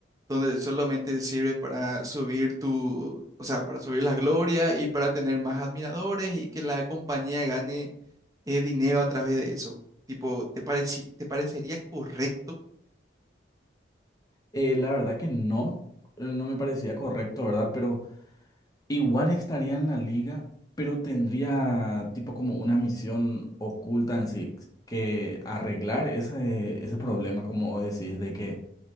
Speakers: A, on the right; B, on the left.
A: donde solamente sirve para subir tu, o sea, para subir la gloria y para tener más admiradores y que la compañía gane eh, dinero a través de eso. Tipo, ¿te pareci- te parecería correcto?
B: Eh, la verdad que no, eh, no me parecía correcto, ¿verdad? Pero Igual estaría en la liga, pero tendría tipo como una misión oculta en sí, que arreglar ese, ese problema, como decís, de que